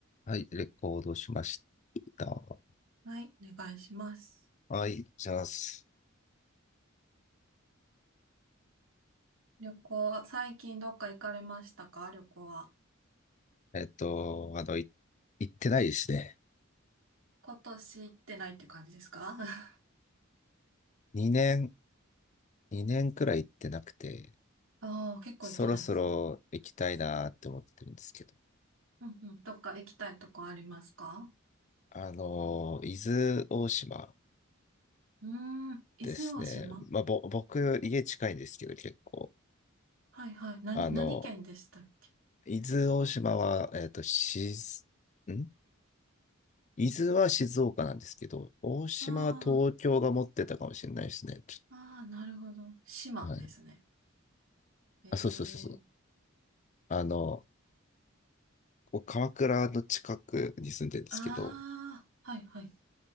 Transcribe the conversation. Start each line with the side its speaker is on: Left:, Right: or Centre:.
Left: はい、レコードしました。
Right: はい、お願いします。
Left: はい、じゃあ、す
Right: 旅行、最近どっか行かれましたか旅行は。
Left: えっと、あの、い、行ってないですね。
Right: 今年行ってないって感じですか <laughs>
Left: 2年、2年くらい行ってなくて、
Right: ああー、結構行ってないですね。
Left: そろそろ行きたいなって思ってるんですけど。
Right: うんうん。どっか行きたいとこありますか
Left: あの、伊豆大島
Right: うーん、伊豆大島
Left: ですね。まあ、ぼ、僕、家近いんですけど、結構。
Right: はいはい。何、
Left: あの、
Right: 何県でしたっけ
Left: 伊豆大島は、えっと、しず、ん伊豆は静岡なんですけど、大島は東京が持ってたかもしれないですね。
Right: あ
Left: ち
Right: あ、ああ、なるほど。島ですね。
Left: ょはい。
Right: ええ
Left: あ、そうそうそうあの、こう鎌倉の近くに住んでるんですけど、
Right: ああ、はいはい。